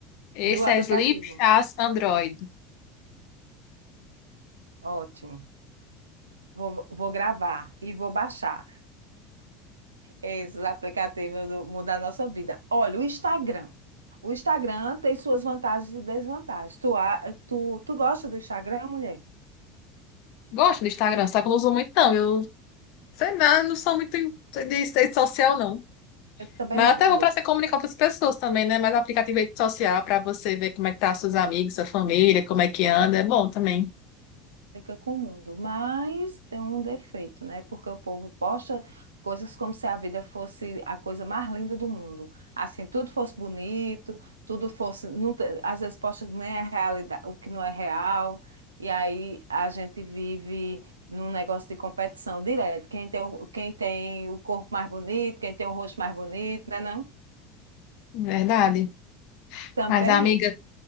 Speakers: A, on the left (about 55°); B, on the right (about 80°).
A: Esse
B: do aplicativo.
A: é Sleep as Android.
B: Ótimo. Vou, vou gravar e vou baixar esses aplicativos do- mudar a nossa vida. Olha, o Instagram. O Instagram tem suas vantagens e desvantagens. Tu, a- tu, tu gosta do Instagram, mulher?
A: Gosto do Instagram, só que eu não uso muito, não. Eu sei lá, não sou muito de rede social, não.
B: Eu também
A: Mas
B: não,
A: é até
B: duas.
A: bom para você comunicar com as pessoas também, né? Mas o aplicativo de rede social para você ver como é que tá seus amigos, sua família, como é que anda, é bom também.
B: Fica com o mundo, mas tem um defeito, né? Porque o povo posta coisas como se a vida fosse a coisa mais linda do mundo. Assim, tudo fosse bonito, tudo fosse. não te- às vezes posta nem a realidade, o que não é real. E aí a gente vive num negócio de competição direto. Quem tem, o- quem tem o corpo mais bonito, quem tem o rosto mais bonito, né? Não?
A: Verdade.
B: Também.
A: Mas, amiga,